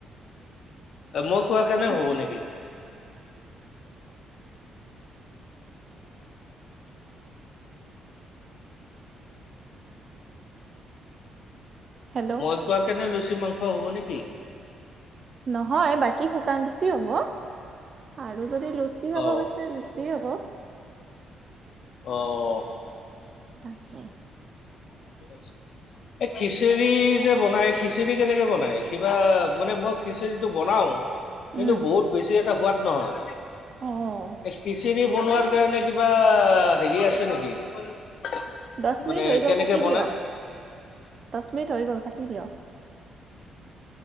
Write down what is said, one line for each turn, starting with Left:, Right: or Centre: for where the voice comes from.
Left: মই কোৱা কাৰণে
Right: বাকী
Left: হ'ব নেকি?
Right: হেল্ল'
Left: মই কোৱা কাৰনে লুচি, মাংস হ'ব নেকি?
Right: নহয় বাকী শুকান ৰুটি হ'ব। আৰু যদি, লুচি খাব
Left: অ
Right: বিচাৰিছে, লুচিয়ে হ'ব।
Left: অ'!
Right: তাকেই।
Left: <inaudible> এই খিচিৰি যে বিনাই, খিচিৰি কেনেকে বনাই? কিবা, মই খিচিৰিটো বনাও।
Right: উম
Left: কিন্তু, বহুত বেছি এটা সোৱাদ নহয়।
Right: অ'!
Left: খিচিৰি বনোৱাৰ কাৰণে, কিবা সেৰি আছে নেকি?
Right: দহ
Left: মানে
Right: মিনিট হৈ গ'ল,
Left: কেনেকে
Right: কাটি
Left: বনাই
Right: দিয়ক। দহ মিনিট হৈ গ'ল, কাটি দিয়ক।